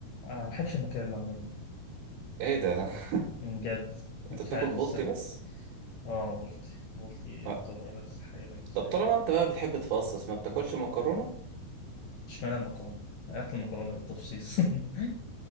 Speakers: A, on the left (about 75°); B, on the right (about 70°).
A: أنا ما بحبش المكان ده عموما
B: ايه ده <laughs>
A: بجد مش
B: انت بتاكل
A: عارف
B: بولتي
A: السبب
B: بس
A: آه بلطي بلطي يعتبر
B: آه.
A: ألذ حاجة بالنسبة
B: طب طالما
A: لي
B: انت بقى بتحب تفصص ما بتاكلش مكرونة
A: اشمعنى المكرونة؟ آخد المكرونة بالتفصيص <laughs>